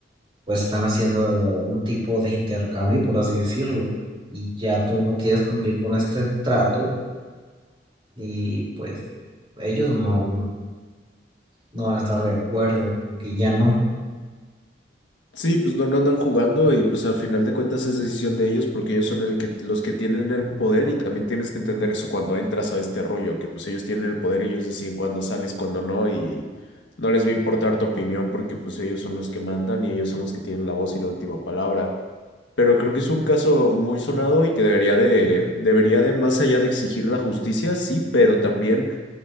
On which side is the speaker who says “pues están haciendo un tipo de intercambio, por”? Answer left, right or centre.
Right